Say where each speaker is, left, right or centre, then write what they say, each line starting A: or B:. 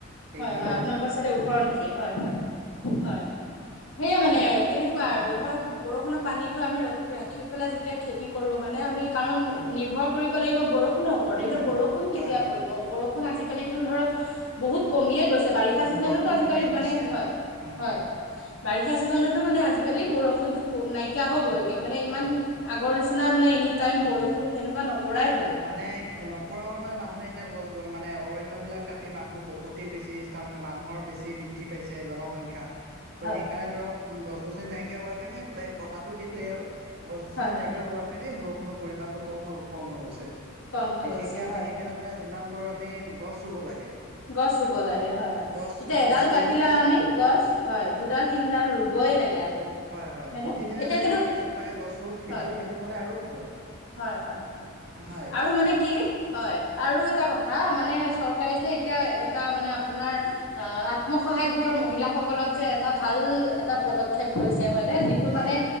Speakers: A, on the right (about 50°); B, on the left (about 80°).
A: সেইকাৰণে
B: হয় হয় আপোনালোকৰ চাইড ওখ নেকি হয় হয় হয় সেয়ে মানে তেনেকুৱা আৰু ধৰক বৰষুণৰ পানীতো আমি ৰ ৰাখি পেলাই যেতিয়া খেতি কৰো হয় নে আমি কাৰণ
A: হয়
B: নিৰ্ভৰ কৰিব লাগিব বৰষুণৰ ওৰত
A: উম
B: এতিয়া বৰষুণ
A: হয়
B: কেতিয়া
A: হয়
B: পৰিব বৰষুণ আজিকালিতো ধৰক বহুত কমিয়ে গৈছে বাৰিষা চিজনতো
A: বৰষুণ
B: আজিকালি
A: কমিয়ে গৈছে
B: মানে হয়
A: উম
B: হয় বাৰিষা চিজনতো মানে আজিকালি বৰষুণতো ক নাইকিয়া হৈ
A: উম
B: গ'লগে মানে ইমান
A: উম
B: আগৰ নিচিনা মানে এনি টাইম
A: উম
B: বৰষুণ তেনেকুৱা নপৰাই হ'ল
A: মানে ন ফপৰাল মে মানুহে এতিয়া গছ গছ মানে অৰণ্যবিলাক কাটি মানুহ বহুতেই বেছি স্থান আছে মানুহৰ বেছি বৃদ্ধি পাইছে জনসংখ্যা ত'
B: হয়
A: সেইকাৰণে ধৰক গছ গছনি নাইকিয়া হোৱা কাৰণে পাই কথাটো সেইটয়ে আৰু গছ গছনি
B: হয়
A: নাইকিয়া হোৱা কাৰণেই বৰষুণৰ পৰিমাণটো কম হৈ কম হৈ গৈছে
B: কম হৈ
A: বিশেষকে
B: গৈছে
A: আমি
B: হয়
A: সেইকাৰণে
B: হয়
A: মানে যিমান পাৰো আমি গছ ৰুব লাগে
B: গছ ৰুব লাগে হয় হয়
A: গছ
B: এতিয়া এডাল
A: গছ
B: কাটিলা
A: ৰুলেহে
B: আমি
A: মানুহ জীয়াই
B: গছ
A: থাকিম
B: হয় দুডাল তিনডাল ৰুবই লাগে আমি
A: হয় হয়
B: হয়নে?
A: প্ৰতিদিনে
B: এতিয়া
A: যদি
B: কিন্তু
A: আমি এজোপাকে গছ ৰুওঁ সেইটো
B: হয়,
A: সেইটো হ'লে আৰু ভাল হয়
B: হয় হয় হয়
A: হয়
B: আৰু মানে কি হয় আৰু এটা কথা মানে চৰকাৰে যে এতিয়া এটা মানে আপোনাৰ অ আত্মসহায় গোটৰ মহিলাসকলক যে এটা ভাল এটা প েপ লৈছে হয়নে যিটো
A: হয়
B: মানে